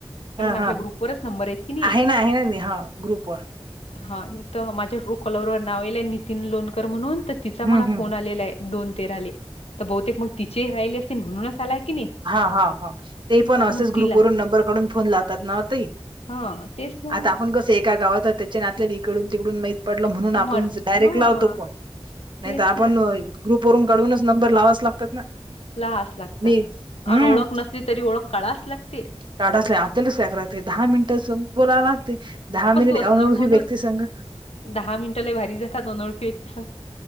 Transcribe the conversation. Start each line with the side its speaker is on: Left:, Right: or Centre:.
Left: कारण
Right: हा
Left: आपल्या
Right: हा
Left: ग्रुपवरच नंबर आहेत की नाही.
Right: आहे ना आहे ना हा ग्रुप पर
Left: हा तर माझ्या टू कॉलरवर नाव आलंय नितीन लोनकर म्हणून तर तिचा
Right: हं,
Left: मला
Right: हं.
Left: फोन आलेला आहे. दोन तेराले तर बहुतेक मग तिचे राहिले असतील म्हणूनच आलाय की नाही.
Right: हा हा हा ते पण
Left: हा
Right: असेच
Left: तर मग तिला
Right: ग्रुप वरून नंबर काढून फोन लावतात ना ताई.
Left: हा तेच ना
Right: आता आपण कसं एका गावात त्याच्या नातलग इकडून तिकडून माहि पडल म्हणून आपण
Left: म्हटलं
Right: डायरेक्ट
Left: हा
Right: लावतो फोन नाही
Left: तेच
Right: तर आपण
Left: ना
Right: ग्रुप वरून गडवूनच नंबर लावावेच लागतात ना.
Left: लहास लागतात
Right: मी हं.
Left: आणि ओळख नसली तरी ओळख काढाविच लागते.
Right: काढचल्या आपल्यालाच <unintelligible> लागते
Left: तेच
Right: दहा मिनिट स बोलायला लागते. दहा मिनिट
Left: पण तू असं
Right: <unintelligible>
Left: नको म्हणू
Right: व्यक्ती संघ
Left: दहा मिनिटं लय भारी जात अनओळखी व्यक्ती संग.